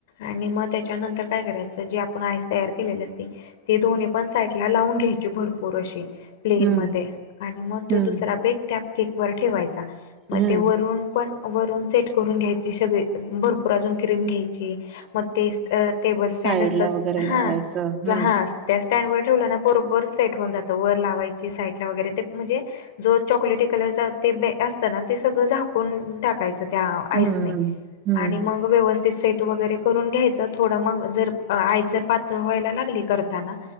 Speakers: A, on the left (about 70°); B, on the right (about 30°).
A: आणि मग त्याच्यानंतर काय करायचं जे आपण आइस तयार केलेल असतय. ते दोन्ही पण साईडला लावून घ्यायचे भरपूर अशे प्लेनमध्ये
B: हम्म
A: आणि मग तो
B: हम्म
A: दुसरा बेग त्या केकवर ठेवायचा मग
B: हम्म
A: ते वरून पण वरून सेट करून घ्यायची सगळी भरपूर अजून क्रीम घ्यायची मग ते अं टेबल
B: साईड
A: स्टॅंड असतात
B: ला वगैरे लावायचं
A: हा स्लहास
B: हम्म
A: त्या स्टँड वर ठेवल ना बरोबर सेट होऊन जातं वर लावायची साईड ला वगैरे ते म्हणजे जो चॉकलेटी कलरचा ते ब्रेड असतं ना ते सगळं झाकून टाकायचं. त्या
B: हम्म
A: आईसने
B: हम्म
A: आणि
B: हम्म
A: मग व्यवस्थि ते सेट वगैरे करून घ्यायचं थोडं मग जर आईस जर पातळ व्हायला लागली करताना.